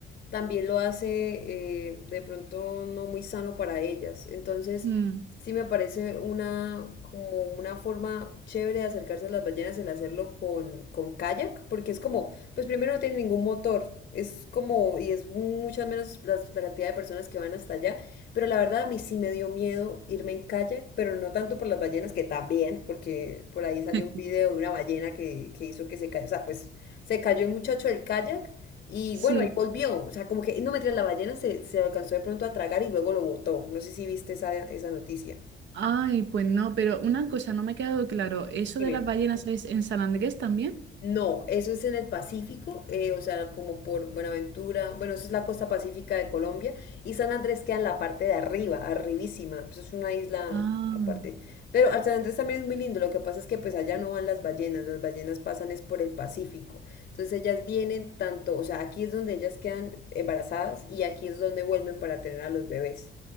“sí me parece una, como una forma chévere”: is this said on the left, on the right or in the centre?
Left